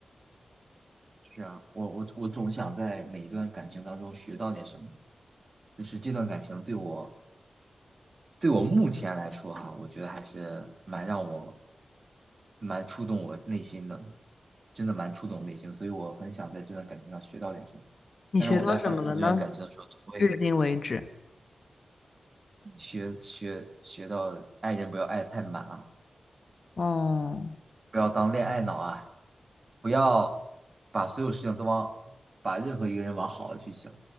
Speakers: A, on the right (about 40°); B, on the left (about 50°).
A: 是啊，我我我总想在每一段感情当中学到点什么，就是这段感情对我对我目前来说哈、我觉得还是蛮让我蛮触动我内心的，真的蛮触动我内心，所以我很想在这段感情上学到点什么。
B: 你学到什么了呢？
A: 但是我在反思这段感情的时候，总会
B: 至今为止，
A: 学学学到爱人不要爱得太满啊，
B: 哦，
A: 不要当恋爱脑啊，不要把所有事情都往，把任何一个人往好了去想，